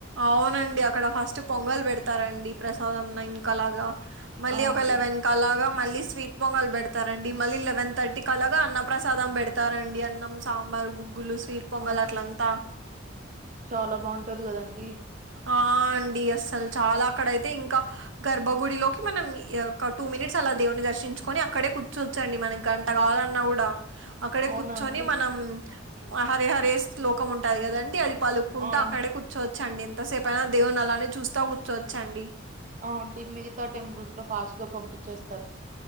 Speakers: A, on the right; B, on the right.
A: అవునండి అక్కడ ఫస్ట్ పొంగల్ పెడతారండి. ప్రసాదం ఇంకా అలాగ మళ్ళీ
B: ఆ
A: ఒక
B: అండి
A: లెవెన్ క అలాగ మళ్ళీ స్వీట్ పొంగలు పెడతారండి. మళ్ళీ లెవెన్ థర్టీ క అలాగా అన్న ప్రసాదం పెడతారండి అన్నం సాంబార్ గుగ్గిళ్ళు, స్వీట్ పొంగల్
B: ఆ
A: అట్లంతా
B: చాలా బాగుంటది కదండి
A: ఆ అండి అస్సలు చాలా అక్కడయితే ఇంకా గర్భగుడిలోకి మనం టూ మినిట్స్ అలా దేవుని దర్శించుకొని అక్కడే కూర్చోవచ్చండి. మనకి గంట కావాలన్నా కూడా అక్కడే
B: అవునా
A: కూర్చొని
B: అండి
A: మనం హరిహరే శ్లోకం ఉంటది కదండి అది పలుక్కుంటూ
B: ఆ అండి
A: అక్కడే కూర్చోవచ్చండి. ఎంతసేపు అయినా దేవున్ని చూస్తా కూర్చోచ్చండి.
B: ఆ అంటే మిగతా టెంపుల్స్ లో ఫాస్ట్ గా పంపించేస్తా